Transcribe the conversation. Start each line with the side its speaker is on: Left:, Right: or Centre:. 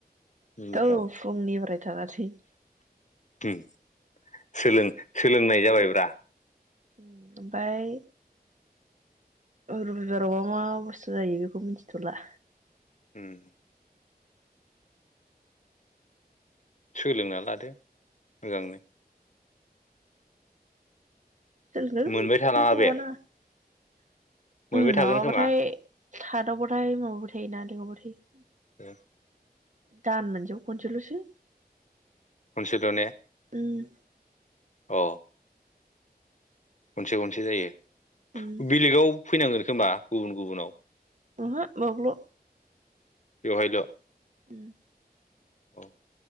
Left: मिनिथाव
Right: औ फुंनिफ्राय थानानै।
Left: उम सोलों सोलोंनाय जाबायब्रा।
Right: ओमफफ्राय रबिबारावबा मा बुस्थु जायो बेखौ मिथिथ'ला।
Left: उम सोलोंना लादो मोजांनो।
Right: सोलों
Left: मोनबाय थानाङा
Right: जे माबा
Left: बे
Right: नाङा
Left: मोनबाय थागोन
Right: माबाबाथाय
Left: खोमा
Right: थादावबायथाय माबबो ना लेंहरबाय थायो।
Left: ओं।
Right: दान मोनसेयाव खनसेलसो।
Left: खनसेल' ने?
Right: उम
Left: अ खनसे खनसे जायो
Right: उम
Left: बेलेगाव फैनांगोन खोमा गुबुन गुबुनाव।
Right: बहा बावल'।
Left: बेहायल'।
Right: ओम
Left: औ